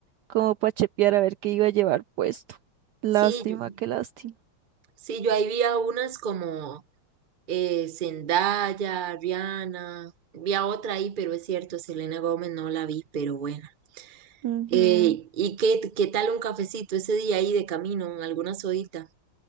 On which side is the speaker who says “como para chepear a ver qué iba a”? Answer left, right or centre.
Right